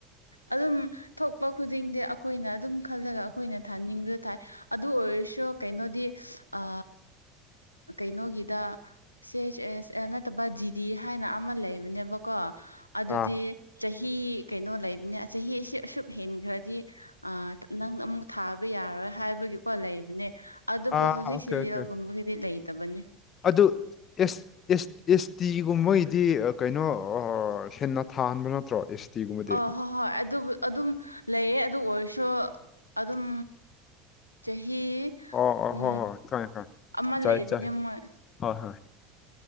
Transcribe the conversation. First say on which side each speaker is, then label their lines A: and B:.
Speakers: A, on the left; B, on the left.
A: ꯑꯗꯨꯝ ꯊꯣꯛꯄ ꯈꯨꯗꯤꯡꯗꯤ ꯑꯩꯈꯣꯏꯅ ꯑꯗꯨꯝ ꯈꯜꯂꯒ ꯑꯩꯈꯣꯏꯅ ꯊꯥꯅꯤꯡꯕ ꯊꯥꯏ ꯑꯗꯨ ꯑꯣꯏꯔꯁꯨ ꯀꯩꯅꯣꯗꯤ ꯑ ꯀꯩꯅꯣꯒꯤꯗ ꯁꯤ ꯍꯩꯆ ꯑꯦꯁ ꯑꯦ ꯅꯠꯇꯕ ꯖꯤꯗꯤ ꯍꯥꯏꯅ ꯑꯃ ꯂꯩꯕꯅꯦꯕꯀꯣ ꯑꯗꯨꯗꯤ
B: ꯑꯥ
A: ꯆꯍꯤ ꯀꯩꯅꯣ ꯂꯩꯕꯅꯤ ꯆꯍꯤꯁꯦ ꯑꯁꯨꯛ ꯍꯦꯟꯈ꯭ꯔꯗꯤ ꯑ ꯅꯪ ꯑꯃꯨꯛ ꯊꯥꯕ ꯌꯥꯔꯣꯏ ꯍꯥꯏꯕꯒꯤꯀꯣ ꯂꯩꯕꯅꯦ ꯑꯗꯨꯕꯨ
B: ꯑꯥ
A: ꯍꯧꯖꯤꯛꯁꯤꯗꯤ
B: ꯑꯣꯀꯦ ꯑꯣꯀꯦ
A: ꯔꯦꯜꯒꯨꯝꯕꯒꯤꯗꯤ ꯂꯩꯇꯕꯅꯤ
B: ꯑꯗꯨ ꯑꯦꯁ ꯑꯦꯁ ꯑꯦꯁ ꯇꯤꯒꯨꯝꯕꯒꯤꯗꯤ ꯀꯩꯅꯣ ꯍꯦꯟꯅ ꯊꯥꯍꯟꯕ ꯅꯠꯇ꯭ꯔꯣ ꯇꯤꯒꯨꯝꯕꯗꯤ
A: ꯑ ꯍꯣꯏ ꯍꯣꯏ ꯑꯗꯨꯕꯨ ꯑꯗꯨꯝ ꯂꯩꯌꯦ ꯑꯗꯨ ꯑꯣꯏꯔꯁꯨ ꯑꯗꯨꯝ ꯆꯍꯤ
B: ꯑꯣ ꯑꯣ
A: ꯎ
B: ꯍꯣꯏ ꯍꯣꯏ ꯈꯪꯉꯦ ꯈꯪꯉꯦ
A: ꯑꯃ
B: ꯆꯥꯏ
A: ꯂꯩꯕꯅꯦ
B: ꯆꯥꯏ
A: ꯃꯣꯏ
B: ꯍꯣꯏ ꯍꯣꯏ